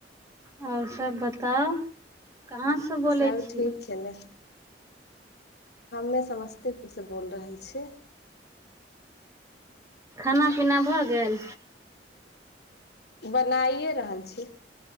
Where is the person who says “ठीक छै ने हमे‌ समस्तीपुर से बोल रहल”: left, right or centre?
Left